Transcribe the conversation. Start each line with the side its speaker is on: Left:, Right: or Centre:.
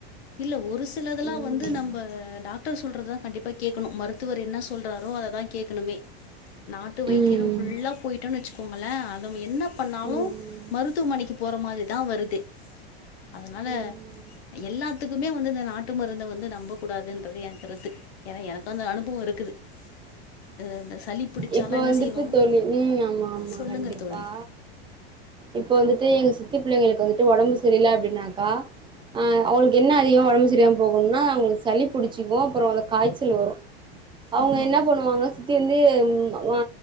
Left: இல்ல ஒரு சிலதுல்லா
Right: ம்
Left: வந்து நம்ப டாக் டர் சொல்றதா கண்டிப்பா கேக்கணு மருத்துவர் என்ன சொல்றாரோ அததா கேக்கணுமே நாட்டு வைத்தியனு
Right: ம்
Left: ஃபுல்லா போயிட்டோன் வெச்சு போங்கள அத அவ என்னப் பண்ணாலு
Right: ம்
Left: மருத்துவமனைக்கிப் போற மாரி தா வருதே தனால
Right: ம்
Left: எல்லாத் த்துக்குமே வந்து இந்த நாட்டு மருந்து வந்து நம்பக் கூடாது என்றது என் கருத்து ஏனா எனக் அந்த அனுபவொ இருக்குது அ இந்த சளி பிடிச்சாலாம்
Right: இப்ப
Left: என்ன
Right: வந்துட்டு
Left: செய்வாங்க
Right: தோழி உம் ஆமா ஆமா
Left: சொல்லுங்க
Right: கண்டிப்பா
Left: தோழி.
Right: இப்ப வந்துட் ந்து எங்க சித்து புள்ளைகளுக்கு வந்துட்டு ஒடம்பு சரியில அப்டின்னாக்கா அஹ் அவங்களுக்கு என்ன அதிகொ ஒடம்பு சரியில்லாம போகும்னா அவங்களுக்கு சளி புடிச்சிக்கு அப்பறொமஅத காய்ச்சல் வரு அவங்க
Left: ம்,
Right: என்ன பண்ணுவாங்க சுத்தி இருந்து ந்து ம் வ